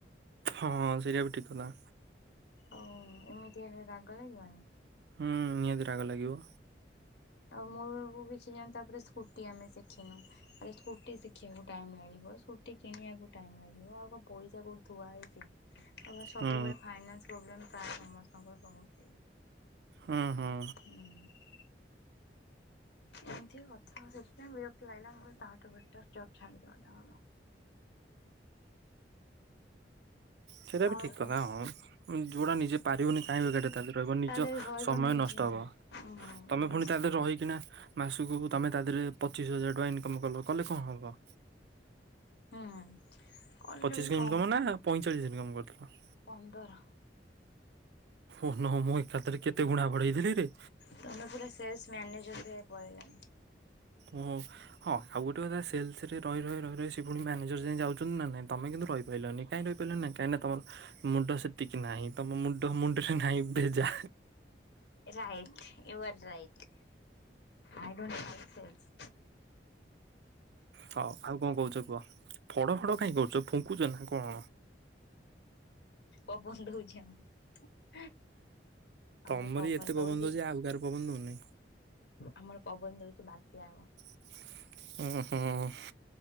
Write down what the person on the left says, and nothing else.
ଓ ଏମିତି ହେଲେ ରାଗ ଲାଗିବନି।
ଆଉ ମୂକୁ କିଛି ଜାଣ ତାପରେ ସ୍କୁଟି ଆମେ ଶିଖିନୁ। ଆରେ ସ୍କୁଟି ଶିଖିବାକୁ ଟାଇମ୍ ଲାଗିବ ସ୍କୁଟି କିଣିବାକୁ ଟାଇମ୍ ଲାଗିବ ଆଉ କଣ ପଇସା କୋଉଠି ଥୁଆ ହେଇଛି। ସବୁବେଳେ
ଫାଇନାନ୍ସ ପ୍ରୋବ୍ଲେ ପ୍ରାୟ ସମସ୍ତଙ୍କର ରହୁଛି।
ହୁଁ। ଏମିତି କଥା ସେଥିପାଇଁ ବିରକ୍ତି ଲାଗିଲା ମୋର ତାଠୁ ବେଟର ଜବ୍ ଛାଡିଦବା ଟା
ଆଉ
କଣ
ତା
ଦେହରେ ରହିବ
ନିଜେ
ହୁଁ
ବାସ୍
ହୁଁ କଲେ
ବି କଣ
ପନ୍ଦର।
ତମେ ପୁରା ସେଲସ ମ୍ୟାନିଜର ଭଳିଆ ପଳେଇଲଣି।
Right you are right I don't like sales.
ପବନ ଦଉଚି ଆମର। ଆମର
ଦଉଛି
ଆମର ପବନ ଦଉଚି ବାତ୍ୟା ହବ।